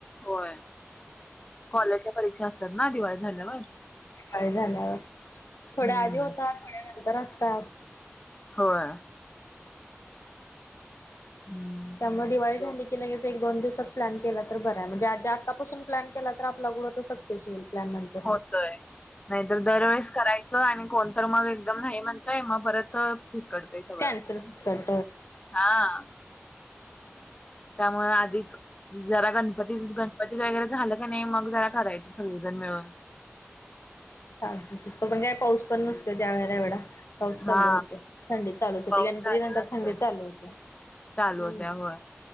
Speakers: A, on the left; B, on the left.
A: होय कॉलेजच्या परीक्षा असतात ना दिवाळी झाल्यावर.
B: काय झाल्यावर थोड्या
A: हम्म
B: आधी होतात थोड्या नंतर असतात.
A: होय. हम्म.
B: त्यामुळे दिवाळी
A: ब
B: झाली की लगेच एक दोन दिवसात प्लॅन केला तर बरं आहे म्हणजे आज जे आतापासून प्लॅन केला तर आपला गुड होतं सक सेस होईल प्लॅन नंतर
A: होतय.
B: मी
A: नाहीतर दरवेेळेस करायचं आणि कोणतर मग एकदम नाही म्हणतय मग परत फीस करडतय सगळं.
B: कॅनसल कर.
A: हां. त्यामुळे आधीच जरा गणपतीच गणपती वगैरे झालं का नाही मग जरा करायचां सगळी जण मिळून.
B: चालतंय की तोपर्यंत काय पाऊस पण नसतोय त्या वेळेला एवढा पाऊस कमी
A: हा
B: होतोय. थंडी चालूच होती
A: पाऊस
B: गणपती
A: झालेला
B: नंतर
A: असतोय
B: थंडी चालू होत्या हम्म
A: चालू होत्या होय.